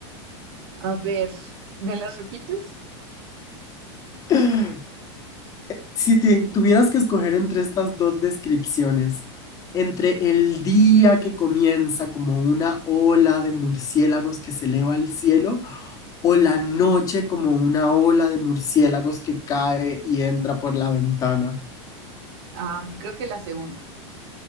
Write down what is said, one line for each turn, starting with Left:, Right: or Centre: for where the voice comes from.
Right: A ver, ¿me las repites?
Left: <laughs> Si te tuvieras que escoger entre estas dos descripciones, entre el día que comienza como una ola de murciélagos que se eleva al cielo o la noche como una ola de murciélagos que cae y entra por la ventana.
Right: Am, creo que la segunda.